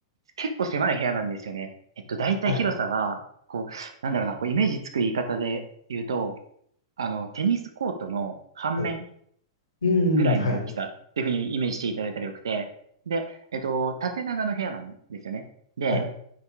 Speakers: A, on the right; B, on the left.
A: 結構狭い部屋なんですよね。えっと、大体広さが、
B: はいはい。
A: こう、なんだろうな、こう、イメージつく言い方で言うと、あの、テニスコートの半面
B: はい。うーん。
A: ぐらいの大きさっていうふうにイメージしていただいたらよくて、
B: はいはい。
A: で、えっと、縦長の部屋なんですよね。で、
B: はい。